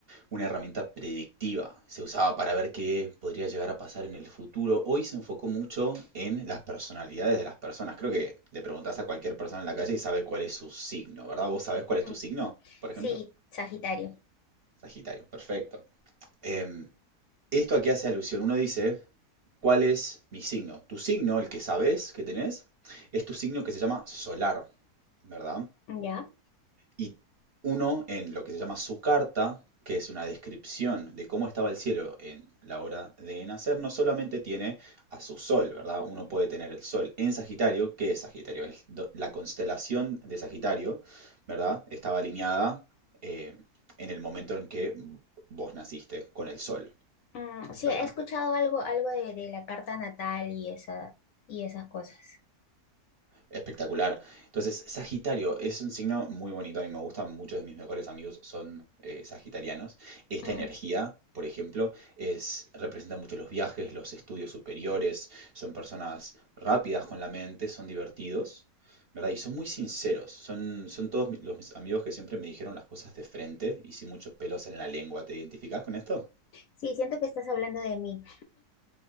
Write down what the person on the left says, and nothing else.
Ujú.
Sí,
Sagitario.
¿Ya?
Mm, sí,
he escuchado algo, algo de, de la carta natal y esa, y esas cosas.
Mm,
Sí, siento que estás hablando de mí.